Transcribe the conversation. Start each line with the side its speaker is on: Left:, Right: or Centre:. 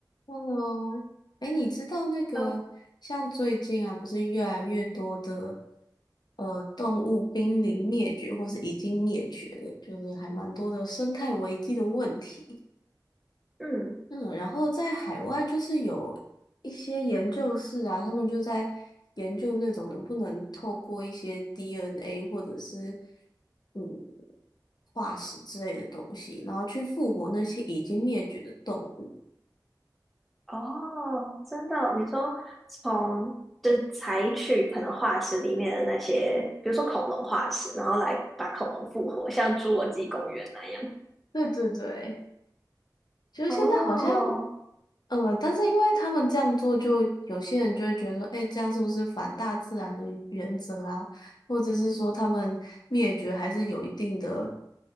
Left: Hello，哎，你知道那个像最近啊，
Centre: 都
Left: 不是越来越多的呃动物濒临灭绝，或是已经灭绝了，就是还蛮多的生态危机的问题。
Centre: 嗯，
Left: 嗯，然后在海外就是有一些研究室啊，他们就在研究那种能不能透过一些 DNA 或者是嗯化石之类的东西，然后去复活那些已经灭绝的动物。
Centre: 哦，真的哦你说从就是采取可能化石里面的那些，比如说恐龙化石，然后来把恐龙复活，像侏罗纪公园那样。
Left: 对对对，就是现在好像，
Centre: 哦，
Left: 呃，但是因为他们这样做，就有些人就会觉得说，哎，这样是不是反大自然的原则啊？或者是说他们灭绝还是有一定的